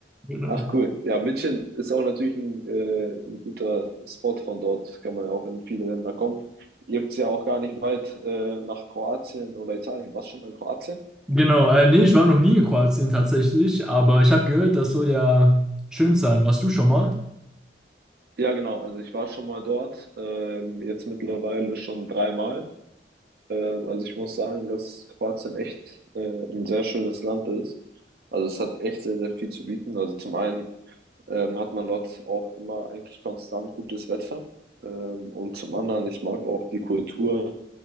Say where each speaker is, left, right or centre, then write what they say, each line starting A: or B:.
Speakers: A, in the centre; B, on the right.
A: Genau.
B: Ach cool. Ja, München ist auch natürlich ein, äh, ein guter Spot von dort. Kann man ja auch in viele Länder kommen. Ihr habt es ja auch gar nicht weit äh, nach Kroatien oder Italien. Warst du schon mal in Kroatien?
A: Genau, äh, nee, ich war noch nie in Kroatien tatsächlich, aber ich habe gehört, das soll ja schön sein. Warst du schon mal?
B: Ja, genau. Also ich war schon mal dort. Ähm, jetzt mittlerweile schon dreimal. Ähm, also ich muss sagen, dass Kroatien echt äh, ein sehr schönes Land ist. Also es hat echt sehr, sehr viel zu bieten. Also zum einen ähm, hat man dort auch immer eigentlich konstant gutes Wetter. Ähm, und zum anderen, ich mag auch die Kultur.